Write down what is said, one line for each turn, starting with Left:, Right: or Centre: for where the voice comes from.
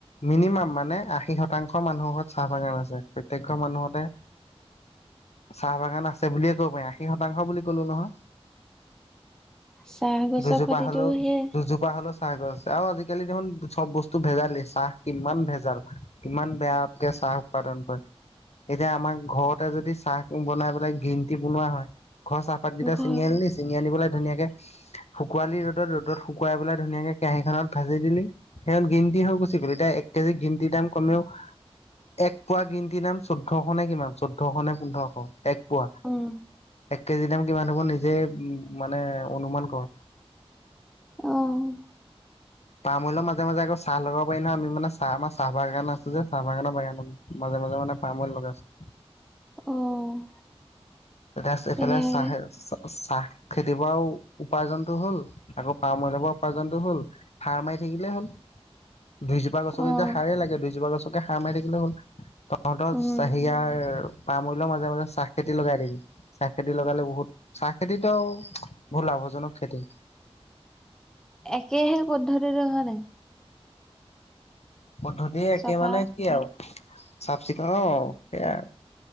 Left: মিনিমাম মানে আশী শতাংশ মানুহ ঘৰত চাহ বাগান আছে। প্ৰত্যেক ঘৰ মানুহতে চাহ বাগান আছে বুলিয়ে কব পাৰি, আশী শতাংশ বুলি কলো নহয়।
Centre: চাহ গছৰ
Left: দুজোপা
Centre: খতিটো
Left: হ'লেও
Centre: সেই
Left: দুজোপা হ'লেও চাহ গছ আছ, আৰু আজিকালি দেখোন চব বস্তু টো ভেজালেই, চাহ কিমান ভেজাল, কিমান বেয়কে চাহ উৎপাদন হয়। এতিয়া আমাক ঘৰতে যদি চাহ বনাই পেলাই গ্ৰীণ টি বনোৱা হয়, ঘৰ চাহপাতকেইটা
Centre: ঘৰ
Left: ছিঙি আনিলছে চিঙি আনি পেলাই ধুনীয়াকে শুকুৱোৱালি ৰ'দত, ৰ'দত শুকুৱাই পেলাই ধুনীয়াকে কেৰাহীখননত ভাজি দিলি সিহ গ্ৰীণ ট হৈ গুছি গ'ল, এতিয়া এক কেজি গ্ৰীণটিৰ দাম কমেও এক পোৱা গ্ৰীণ টিৰ নাম চৈধ্যশ নে কিমান, চৈধ্যশ নে পোন্ধৰশ। এক পোৱা
Centre: উম।
Left: এক কেজি দাম কিমান হ'ব নিজেই মানে অনুমান কৰ।
Centre: অ'
Left: তামুলৰ মাজে মাজে আকৌ চাহ লগাব পাৰি নহয় আমিান চ আম চাহ বাগান আছে যে চাহ বাগানৰ বাগানত মাজে মাজে মানে তামুল লগাই আছে।
Centre: অ'
Left: এতিয়া এইফালে
Centre: তেনেহ'লে
Left: চাহ চাহ খেতি পৰাও উপাৰ্জনতটো হ'ল আকৌ পাৰ মৰিন পৰাও উপাৰ্জনটো হল। ফা মাৰি থাকিলে হ'ল। দুইজোপা গছত
Centre: অ'
Left: যেতিয়া সাৰাৰেই লাগে দুইজোপা গছকে সাৰ মাৰি থাকিলে হ'ল। তহঁতৰ
Centre: উম।
Left: চ হেয়াৰ পাৰ মূল্যৰ মাজে মাজে চাহ খেতি লগাই দিবি। চাহ খেতি লগালে বহুত চাহ খেতিতও বহুত লাভজনক খেতি।
Centre: একেহে পদ্ধতিৰে হোৱা নাই।
Left: পদ্ধতি একে
Centre: চফা
Left: মানে কি আৰু চাফ চিকুণ সেইাই আৰু।